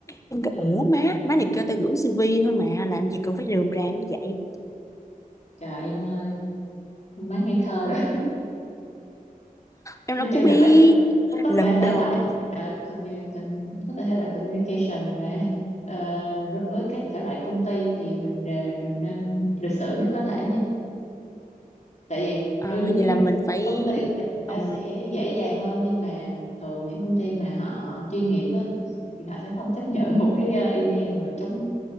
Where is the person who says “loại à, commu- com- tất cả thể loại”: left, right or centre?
Left